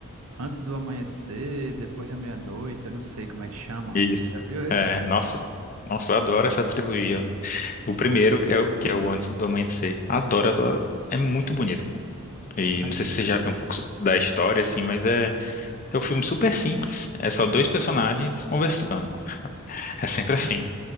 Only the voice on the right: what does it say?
Antes do amanhecer, depois da meia-noite, eu não sei como é que chama.
Você já viu
esses?
Ah,